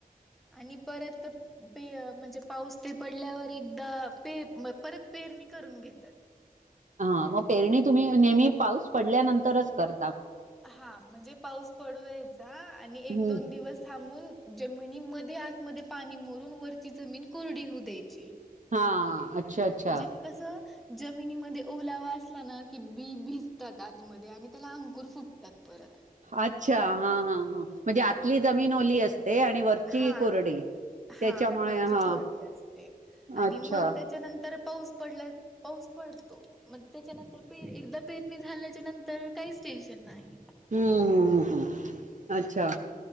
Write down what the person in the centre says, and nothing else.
आणि परत पे म्हणजे पाऊस ते पडल्यावर एकदा पपे परत पेरणी करून घेतात.
हा म्हणजे पाऊस पडू द्यायचा आणि
एक दोन दिवस थांबून जमिनी मध्ये आत मधे पाणी मुरून वरची जमीन कोरडी होऊ द्यायची.
म्हणजे कसं जमिनीमध्ये ओलावा असला ना कि बी भिजतात आतमध्ये आणि त्याला अंकूर फुट तात परत.
हां
हा
वरची
कोरडी असते आणि
मग ते च्यानंतर पाऊस पडला पाऊस पडतो. मग त्याच्यानंतर पेर एकदा पेरणी झाल्याच्या नंतर काहीच टेन्शन नाही.